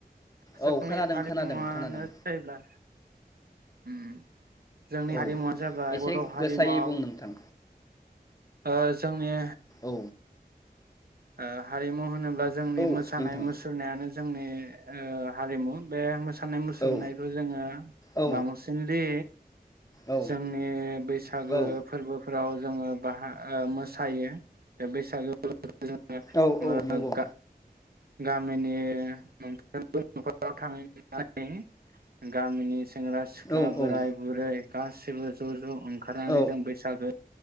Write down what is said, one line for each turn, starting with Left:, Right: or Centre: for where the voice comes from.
Right: जोंनि
Left: औ खोनादों
Right: हारिमुवानो
Left: खोनादों खोनादों
Right: जाहैब्ला उम जोंनि
Left: औ
Right: हारिमुवानो जाबाय
Left: एसे
Right: बर' हारिमुआव
Left: गोसायै बुं नोंथां
Right: ओ जोंनि।
Left: औ
Right: ओ हारिमु। होनोब्ला जोंनि
Left: औ
Right: मोसानाय
Left: नोंथां
Right: मुसुरनायानो जोंनि ओ हारिमु बे मो सानाय मुसुरनायखौ
Left: औ
Right: जोङो
Left: औ
Right: बांसिनलि
Left: औ
Right: जोंनि बैसागो
Left: औ
Right: फोरबोफोराव जोङो बाहा ओ मोसायो दा बैसागो जों
Left: औ
Right: ङो
Left: औ नंगौ
Right: ओ गा गामिनि मोनफ्रोमबो नखराव थांनानै गामिनि सेंग्रा सिख्ला
Left: औ
Right: बोराय
Left: औ
Right: बुरै गासिबो ज' ज' ओंखारनानै
Left: औ
Right: जों बैसागो